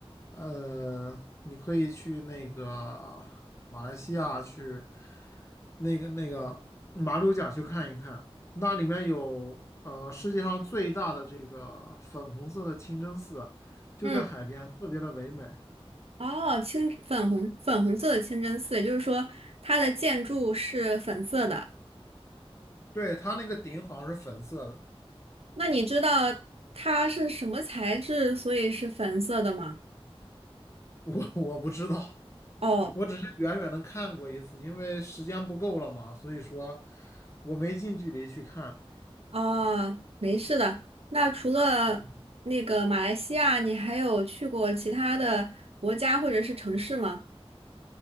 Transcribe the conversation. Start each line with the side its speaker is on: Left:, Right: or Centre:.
Left: 呃，你可以去那个马来西亚去那个那个马六甲去看一看，那里面有呃世界上最大的这个粉红色的清真寺，就在海边，
Right: 嗯，
Left: 特别的唯美。
Right: 哦，清粉红粉红色的清真寺，也就是说它的建筑是粉色的。
Left: 对，它那个顶好像是粉色的，
Right: 那你知道它是什么材质，所以是粉色的吗？
Left: 我我不知道，
Right: 哦，
Left: 我只是远远的看过一次，因为时间不够了嘛，所以说我没近距离去看。
Right: 哦，没事的。那除了那个马来西亚，
Left: 嗯，
Right: 你还有去过其他的国家或者是城市吗？